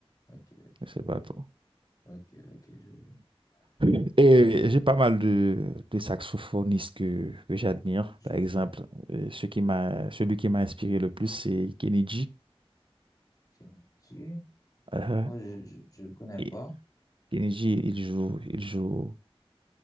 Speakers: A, on the left; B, on the right.
A: Ok, ok.
B: je sais pas trop.
A: Ok, ok, je vois.
B: Oui. Et
A: Ok.
B: j'ai pas mal de, de saxophonistes que, que j'admire.
A: Je,
B: Par exemple,
A: que-
B: euh, ce qui m'a, celui qui m'a inspiré le plus, c'est Kenny
A: tiens, ici.
B: Euh,
A: Moi, je, je, je le connais
B: et
A: pas.
B: Kenny il joue, il joue.